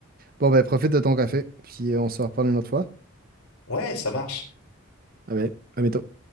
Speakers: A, on the right; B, on the left.
A: Bon, ben, profite de ton café, puis euh, on se reparle une autre fois.
B: Ouais, ça marche.
A: Ah ben, à bientôt.